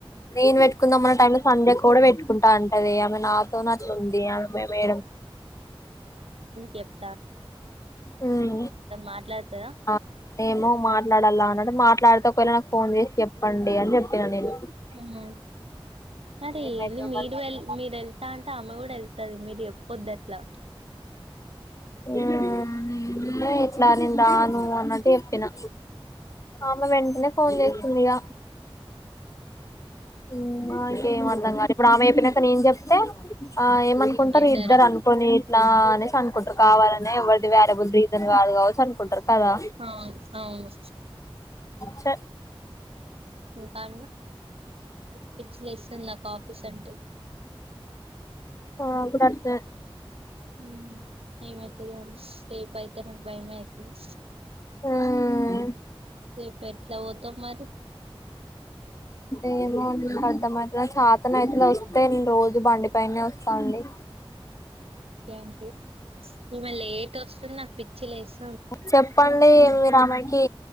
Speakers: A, on the left (about 35°); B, on the right (about 85°).
A: నేను పెట్టుకుందాంమన్న టైంలో లో సంధ్యక్క కూడా పెట్టుకుంటా అంటది ఆమె నాతోనే అట్లుంది ఆమె మే మేడం
B: చెప్
A: మ్మ్
B: మాట్లాడుతదా
A: ఆ ఏమో మాట్లాడల్ల అన్నడ మాట్లాడితే ఒకవేళ నాకు ఫోన్ చేసి చెప్పండి అని చెప్పిన నేను
B: మ్మ్ అదేంది
A: ఏమైతదో
B: మీరు
A: మరి
B: వెల్ మీరు ఎళ్తా అంటే ఆమె కూడెళ్తది మీరు చెప్ పొద్ద్దట్లా
A: మ్మ్ ఇట్ల అనిందా నువ్వు అన్నట్టు చెప్పిన ఆమె వెంటనే ఫోన్ చేసిందిగ మ్మ్ నాకేమర్థం కాలె ఇప్పుడు ఆమె చెప్పినంక నేను చెప్తే ఆ ఏమనుకుంటారు
B: ఇద్దరా
A: ఇద్దరు అనుకని ఇలా అనేసి అనుకుంటారు కావాలనే ఎవరిది వేరే బద్ రీజన్ కాదు కావచ్చు అనుకుంటారు కదా
B: అవును అవును
A: చ
B: ఇంకన్ పిచ్చి లేస్తుంది నాకు ఆఫీస్ అంటే
A: ఆ ఇప్పుడు అట్లా
B: హ్మ్మ్ భయమేతది నాకు రేపయితే నాకు భయమే అయితది
A: మ్మ్
B: రేపు ఎట్లా పోతవ్ మరి
A: ఏమో అన్ అర్థమైత చేతనైతే వస్తే రోజు బండి పైనే వస్తా అండి
B: ఏంటి ఈమె లేటొస్ తున్నాకు పిచ్చి లేసి
A: చెప్పండి మీ రా ఆమె కి